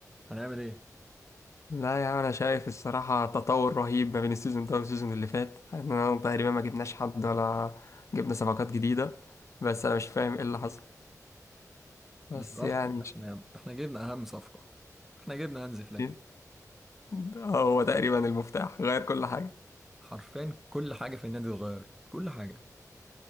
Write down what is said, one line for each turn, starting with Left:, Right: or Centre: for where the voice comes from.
Centre: هنعمل ايه
Left: لا يا عم انا شايف الصراحة تطور رهيب ما بين السيزون ده والسيزون اللي فات احنا تقريبا ما جبناش حد ولا جبنا صفقات جديدة بس انا مش فاهم ايه اللي حصل بس
Centre: بصراحه
Left: يعني إن
Centre: احنا
Left: شاء
Centre: احنا جبنا اهم صفقه احنا جبنا هانزي فليك
Left: الله. ده هو تقريبا المفتاح غير كل حاجة
Centre: حرفيا كل حاجه في النادي اتغيرت كل حاجه